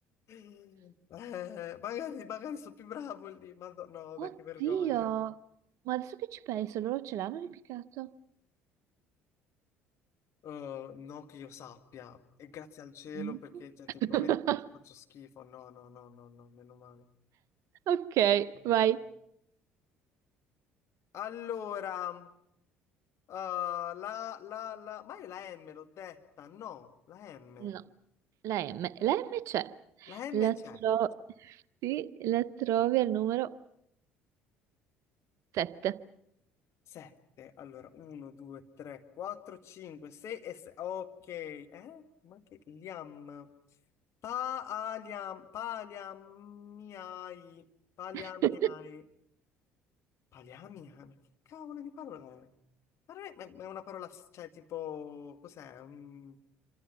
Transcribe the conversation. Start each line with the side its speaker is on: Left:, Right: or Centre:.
Left: Eh, magari, magari sono più bravo lì, ma no, no, vabbè,
Right: Oddio,
Left: che vergogna.
Right: ma adesso che ci penso, loro ce l'hanno ripiccato?
Left: Eh, no, che io sappia, e grazie al cielo
Right: No.
Left: perché, cioè, tipo,
Right: <laughs>
Left: vedi quanto faccio schifo. No, no, no, no, no, meno male.
Right: Ok,
Left: Mm.
Right: vai.
Left: Allora, eh, la, la, la, ma io la M l'ho detta, no, la M.
Right: No, la M. La M c'è.
Left: La M
Right: La,
Left: c'è.
Right: tro- sì, la trovi al numero 7.
Left: 7. Allora, 1, 2, 3, 4, 5, 6 e 6. Ok, eh? Ma che liam? Paliam, paliamiai, paliamiai.
Right: <laughs>
Left: Paliamia? Ma che cavolo di parola è? Ma non è ma- ma è una parola, s- cioè, tipo, cos'è? Mm,